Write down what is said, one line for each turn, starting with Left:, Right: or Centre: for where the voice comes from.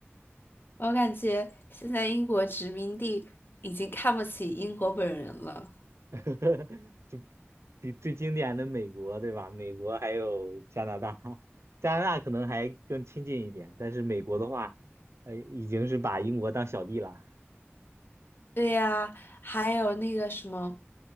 Left: 我感觉现在英国殖民地已经看不起英国本人了。
Right: <laughs> 就比最经典的美国，对吧？美国还有加拿大，<laughs> 加拿大可能还更亲近一点，但是美国的话，呃，已经是把英国当小弟了。
Left: 对呀，还有那个什么